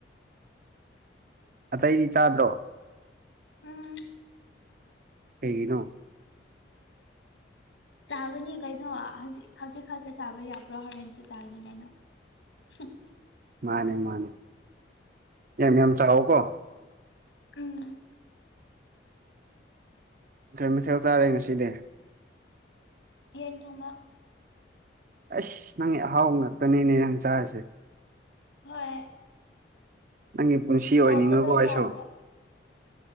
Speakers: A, on the right (about 45°); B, on the left (about 80°).
A: ꯑꯇꯩꯗꯤ ꯆꯥꯗ꯭ꯔꯣ
B: ꯎꯝ
A: ꯀꯩꯒꯤꯅꯣ
B: ꯆꯥꯒꯅꯤ ꯀꯩꯅꯣ ꯍꯧꯖꯤꯛ ꯍꯧꯖꯤꯛ ꯈꯛꯇ ꯆꯥꯕ ꯌꯥꯕ꯭ꯔꯣ ꯍꯣꯔꯦꯟꯁꯨ ꯆꯥꯒꯅꯤ ꯀꯩꯅꯣ <unintelligible>
A: ꯃꯥꯅꯦ ꯃꯥꯅꯦ ꯌꯥꯝ ꯌꯥꯝ ꯆꯥꯎꯑꯣ ꯀꯣ
B: ꯎꯝ
A: ꯀꯩ ꯃꯊꯦꯜ ꯆꯥꯔꯦ ꯉꯁꯤꯗꯤ
B: ꯌꯦꯟ ꯊꯣꯡꯕ
A: ꯑꯁ ꯅꯪꯒꯤ ꯑꯍꯥꯎ ꯉꯥꯛꯇꯅꯦꯅꯦ ꯅꯪ ꯆꯥꯔꯤꯁꯦ
B: ꯍꯣꯏ
A: ꯅꯪꯒꯤ ꯄꯨꯟꯁꯤ ꯑꯣꯏꯅꯤꯡꯉꯀꯣ
B: ꯆꯥꯗꯕ
A: ꯑꯩꯁꯨ
B: ꯌꯥꯗꯦ